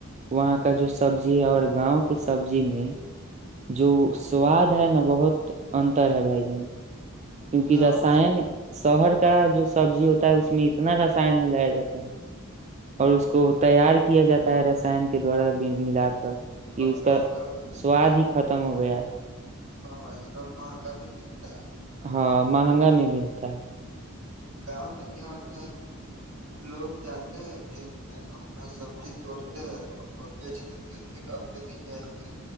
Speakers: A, on the right (about 30°); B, on the right (about 75°).
A: وہاں کا جو سبزی ہے اور گاؤں کی سبزی میں جو سواد ہے نا بہت انتر ہے بھائی جان کیونکہ
B: گاؤں
A: رسان
B: میں
A: شہر کا
B: ہاں
A: جو سبزی ہوتا ہے اس میں اتنا رس سائن ملایا جاتا ہے اور اس کو
B: ہاں
A: تیار کیا جاتا ہے رسائن کے دوارا ملا کر کہ
B: اور
A: اس کا
B: مہنگا بھی بکتا
A: سواد
B: ہے،
A: ہی ختم ہو گیا ہے
B: ہاں بھ م گا بھیتا
A: ہاں مہنگا بھی ملتا ہے
B: گاؤں میں کیا ہوتا ہے لوگ جاتے ہیں کھیت میں اپنا سبزی توڑتے ہیں اور بیچ دیتے پھر اگلے دن جائیں گے